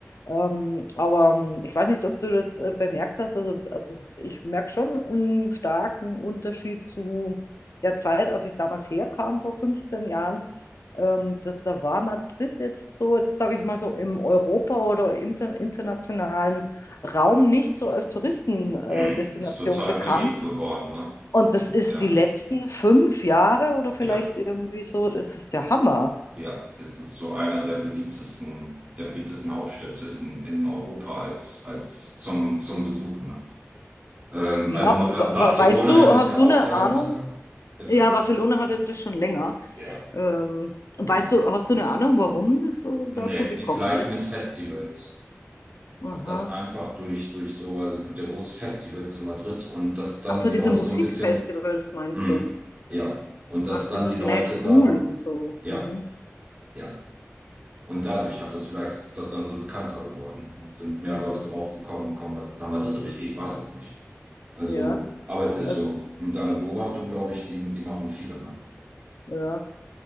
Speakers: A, on the left; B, on the right.
A: Ähm, aber ähm, ich weiß nicht, ob du das äh, bemerkt hast. Also, also es- ich merke schon einen starken Unterschied zu der Zeit, als ich damals herkam, vor 15 Jahren. Ähm, da, da war Madrid jetzt so, jetzt sage ich mal so, im Europa- oder im inter internationalen Raum nicht so als Touristendestination
B: Mm.
A: äh, Destination
B: Ist total
A: bekannt.
B: beliebt geworden, ne?
A: Und das ist
B: Ja.
A: die letzten fünf Jahre oder vielleicht
B: Ja,
A: irgendwie so, das ist der Hammer.
B: ja, es ist so einer der beliebtesten, der beliebtesten Hauptstädte in, in Europa als, als zum, zum Besuchen. Ne? Ähm,
A: Ja,
B: also
A: we-
B: äh, Barcelona
A: we- weißt du,
B: muss
A: hast
B: ja
A: du
B: auch
A: eine
B: der
A: Ahnung,
B: Hauptstadt sein. Bitte?
A: Ja, Barcelona hatte das schon länger.
B: Ja,
A: Ähm, weißt
B: genau.
A: du, hast du eine Ahnung, warum das so
B: Nee,
A: dazu gekommen
B: ich, vielleicht
A: ist?
B: mit Festivals.
A: Aha.
B: Das einfach durch, durch so, also es gibt ja große Festivals in Madrid und dass dann
A: Ach so,
B: die
A: diese
B: Leute
A: Musikfestivals
B: so ein bisschen,
A: meinst
B: hm,
A: du?
B: ja, und dass
A: Ach, dieses
B: dann die Leute
A: Mad
B: da,
A: Cool und so.
B: ja.
A: Mhm.
B: ja Und dadurch hat das vielleicht ist das dann so bekannter geworden und sind mehr
A: Mhm.
B: Leute drauf gekommen, kommen, dass es damals hat, aber ich, ich weiß es nicht. Also,
A: Ja,
B: aber es ist
A: das,
B: so. Und deine Beobachtung, glaube ich, die, die machen viele, ne?
A: ja,